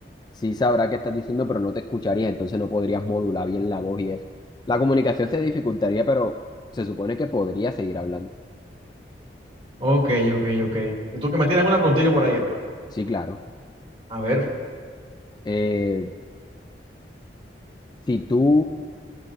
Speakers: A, on the left; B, on the right.
A: sí sabrá qué estás diciendo, pero no te escucharía, entonces no podrías modular bien la voz y eso. La comunicación se dificultaría, pero se supone que podría seguir hablando.
B: Ok, ok, ok. ¿Y tú que me tienes alguna preguntita por ahí, hermano?
A: Sí, claro.
B: A ver.
A: Eh, si tú